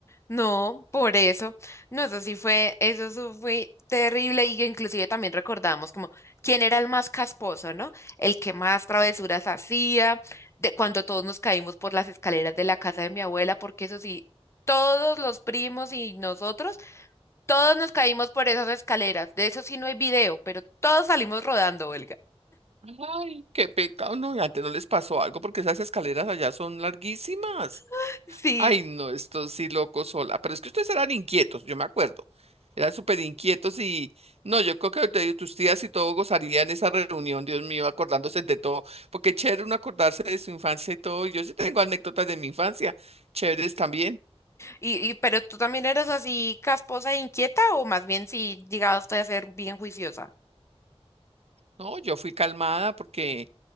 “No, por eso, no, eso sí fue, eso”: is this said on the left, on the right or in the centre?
Left